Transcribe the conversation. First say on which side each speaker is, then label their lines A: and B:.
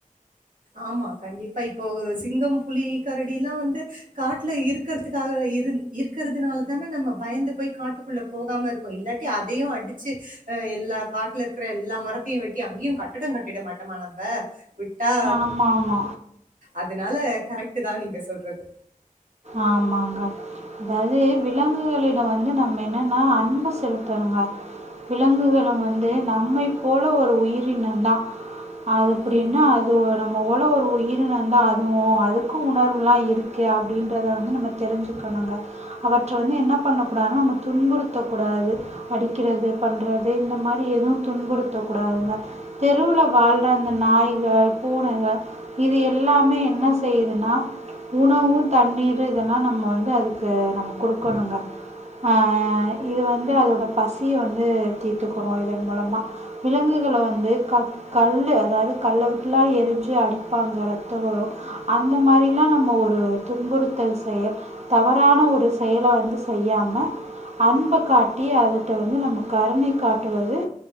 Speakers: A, on the right; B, on the right.
A: ஆமா கண்டிப்பா இப்போ சிங்கம் புலி கரடி எல்லா வந்து காட்ல இருக்குறதுக்காக இரு இருக்குறதுனால தான நம்ம பயந்து போய் காட்டுக்குள்ள போகாம இருக்கோ இல்லாட்டி அதயு அடிச்சு அ எல்லா காட்ல இருக்ற எல்லா மரத்தையு வெட்டி அங்கேயு கட்டடோ கட்டிட மாட்டோமா நம்ம ஆ
B: ஆமாம் ஆமாம்
A: அதனால கரெக்ட் ட்டு தா நீங்க சொல்றது
B: ஆமாங்க அதாவது விலங்குகளிடம் வந்து வந்து நம்ம என்னன்னா அன்பு செலுத்துங்க விலங்குகளு வந்து நம்மை போல ஒரு உயிரினம் தா அது அப்டின்னா
A: ம்
B: அதும் நம்ம போல ஒரு உயிரினந்தான்டா அதுவு அதுக்கு உணர்வுல்லா இருக்கு அப்டின்னு த வந்து நம்ம தெரிஞ்சுக்கணுங்க அவற்றை வந்து என்ன பண்ணக்கூடாதுன்னா நம்ம துன்புறுத்தக்கூடாது அடிக்கிறது பண்ணுறது இந்த மாரி எதுவு துன்புறுத்தக்கூடாதுங்க தெருவில வாழ்ற அந்த நாய்க பூனைக இது எல்லாமே என்ன செய்யுதுன்னா உணவு தண்ணீர் இதெல்லா நம்ம வந்து அதுக்கு நம்ம கொடுக்கணுங்க ஆ இது வந்து அதோடய பசிய வந்து தீர்த்துக்கணோ இதன் மூலமா விலங்குகளை வந்து க கல் அதாவது கல் விட்டுலா எரிஞ்சு அடிப்பாங்க ரத்தம் உரு அந்த மாரிலா நம்ம ஒரு துன்புறுத்தல் செயல் தவறான ஒரு செயல வந்து செய்யாம அன்ப காட்டி அதிட்ட வந்து நம்ம கருண காட்டுவது